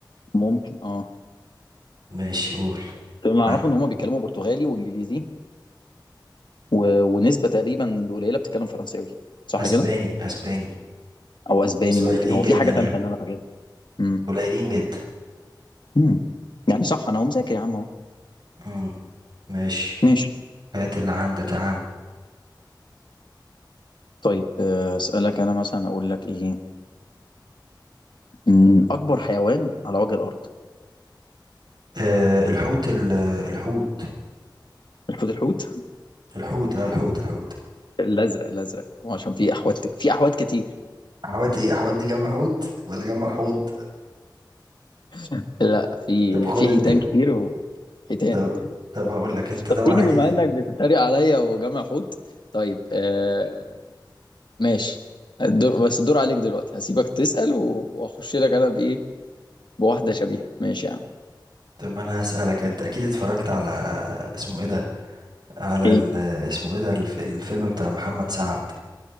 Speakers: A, on the left (about 70°); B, on the right (about 65°).
A: ممكن اه
B: ماشي قول
A: طب اللي اعرفه
B: عن
A: ان هم بيتكلموا برتغالي وانجليزي و... ونسبه تقريبا قليله بتتكلم فرنساوي صح
B: اسباني
A: كده
B: اسباني
A: او اسباني
B: بس قليلين
A: ممكن هو
B: جدا
A: في حاجه
B: يعني
A: ثالثه اللي انا فاكرها امم
B: قليلين جدا
A: أمم. يعني صح انا هو مذاكر يا عم اهو
B: امم ماشي
A: ماشي
B: هات اللي عندك يا عم
A: طيب آه، اسالك انا مثلا اقول لك ايه أمم، اكبر حيوان على وجه الارض
B: آه الحوت ال- الحوت
A: الحوت الحوت
B: الحوت اه الحوت الحوت
A: <laughs> الازرق الازرق هو عشان في احوات في احوات كتير
B: حوت ايه حوت دي جمع حوت ولا جمع حوض
A: <laughs> لا في
B: طب خد
A: في
B: انت
A: حيتان كتير و... حيتان
B: طب
A: حيتان
B: طب هقول لك انت طبعا
A: طب تيجي
B: اكيد
A: بما انك بتتريق عليا وجمع حوت طيب آه ماشي الدور بس الدور عليك دلوقتي هسيبك تسأل و- واخش لك انا بايه بواحدة شبيهة ماشي يا عم
B: طب انا هسألك انت اكيد اتفرجت على اسمه ايه ده على
A: ايه
B: ال- اسمه ايه ده الف- الفيلم بتاع محمد سعد